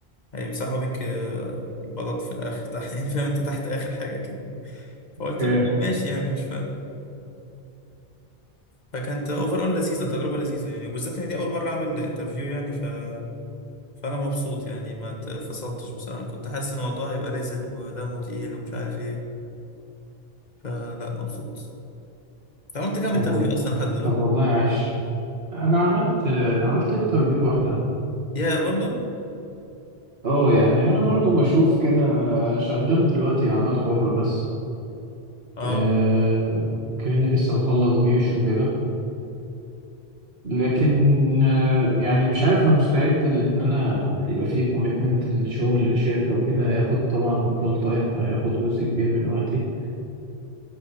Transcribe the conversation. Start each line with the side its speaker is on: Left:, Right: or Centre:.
Left: هيمسحوا بيك آه، البلاط في الاخر تحت يعني فاهم انت تحت اخر حاجه كده فقلت
Right: اوكي
Left: له ماشي يعني مش فارق فكانت اوفر اول لذيذه تجربه لذيذه يعني وبالذات ان دي اول مره اعمل انترفيو يعني ف فانا مبسوط يعني ما اتفصلتش بصراحه كنت حاسس ان الموضوع هيبقى رزل ودمه تقيل ومش عارف ايه فلا مبسوط أنت عملت كام
Right: طب
Left: انترفيو
Right: وال-
Left: اصلا لحد دلوقتي
Right: طب والله عاش انا عملت عملت انترفيو واحده
Left: يا برضو
Right: اه يعني انا برضو بشوف كده شغال دلوقتي اعمال حره بس
Left: اه
Right: آه، وكمان لسه مخلص جيش وكده لكن آه، يعني مش عارف انا مستعد لان انا يبقى فيه كوميتمنت لشغل الشركه وكده هياخد طبعا فول تايم فهياخد جزء كبير من وقتي